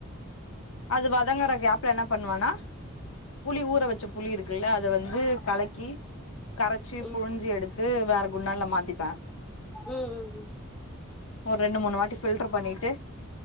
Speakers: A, on the left; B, in the centre.
A: அது வதங்குற கேப்ல என்ன பண்ணுலானா புளி ஊற வச்சுப் புளி இருக்குல்ல அத வந்து கலக்கி கரச்சி
B: ம்
A: புழிஞ்சி எடுத்து வேற குண்டான்ல மாத்திப்ப
B: ம் ம் ம்
A: ஒரு ரெண்டு மூணு வாட்டி ஃபில்டர் பண்ணிட்டு